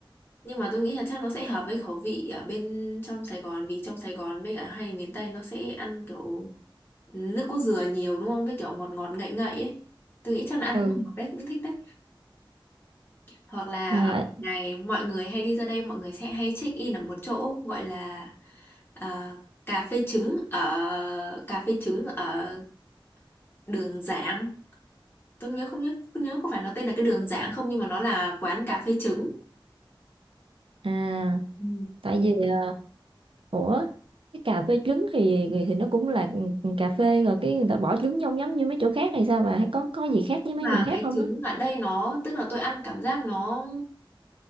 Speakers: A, on the left; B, on the right.
A: nhưng mà tôi nghĩ là chắc nó sẽ hợp với khẩu vị ở bên trong Sài Gòn vì trong Sài Gòn với cả hay miền Tây nó sẽ ăn kiểu nước cốt dừa nhiều đúng không với kiểu ngọt ngọt ngậy ngậy ấy tôi nghĩ chắc là ăn
B: ừ
A: cũng hợp đấy cũng thích đấy hoặc là
B: mà
A: ở này mọi người hay đi ra đây mọi người sẽ hay check in ở một chỗ gọi là à, cà phê trứng ở cà phê trứng ở đường Giảng tôi nhớ không nhớ không nhớ có phải nó tên là cái đường Giảng không nhưng mà nó là quán cà phê trứng
B: à
A: Ừ.
B: tại vì à, ủa cái cà phê trứng thì thì nó cũng là ừ, ừ, cà phê rồi cái người ta bỏ trứng trong giống như mấy chỗ khác hay sao bà hay có có gì khác với
A: mà
B: mấy miền khác
A: cái
B: không
A: trứng
B: á
A: ở đây nó tức là tôi ăn cảm giác nó